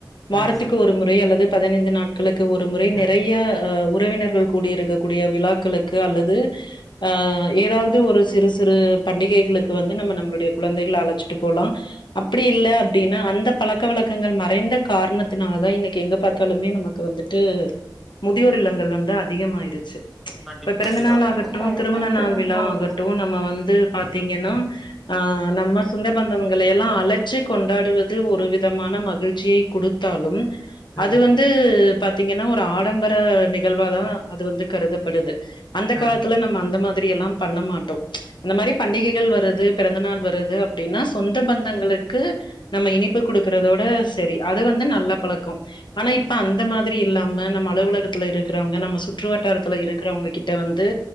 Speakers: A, on the left; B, in the centre.
A: வாரதுக்கு
B: ம்
A: ஒரு முறை அல்லது பதினைந்து நாட் களுக்கு ஒரு முறை நெறையா
B: ம்
A: ஒர் உறவினர்கள் கூடிஇருகக் கூடிய விலாகள் கு அல்லது அ ஏதாவது ஒரு சிறு சிறு பண்டிகைகளுக்கு வந்து நம்ம நம்மளுடைய கொலந்தைகல அழச்சிட்டு போலா அப்டி இல்ல அப்டினா அந்த பலக்க வலகங்கள் மறைந்த காரணத்தினால தா இன்னைக்கு எங்க பாத்தாலுமே நமக்கு வந்துட்டு முட் மதியோர் இல்லங்கள் வந்து அதிகமாயிருச்சு
B: கண்டிப்பா
A: பிறந்தநாள்
B: கண்டிப்பா
A: ஆகட்டு
B: திருமணமாகட்டும்
A: திருமண நாள்
B: திருமணமாகட்டும்
A: விலா ஆகட்டு நம்ம வந்து பாத்தீங்கனா நம்ம சொந்த பந்தங்கள எல்லா அலச்சு கொண்டாட டுவது ஒரு விதமான மகிழ்சிய குடுதாலு
B: ம்
A: அது வந்து பாதீங்கனா ஒரு ஆடம்பர நிகழ்வாதா அது வந்து கருதப்படுது அந்த காலத்துல
B: ம்
A: நம்ம அந்த மாத் திரியெல்லா பண்ண மாட்டோ இந்த மாரி
B: ம்
A: பண்டிகைகள் வரது பிறந்த நாள் வருது அப் டினா சொந்த பந்தங்களு க்கு நம்ம இனிப்பு குடுக்குறதோட செரி அது வந்து நல்ல பலக்கோ ஆனா
B: ம்
A: இப்ப அந்த மாத்ரி இல்லாம ம நம்ம அலுவலகத்திலருக் இருக்குறவங்க நம்ம சுற்று வட்டாரத்துல இருகிறவங்ககிட் கிட்ட வந்து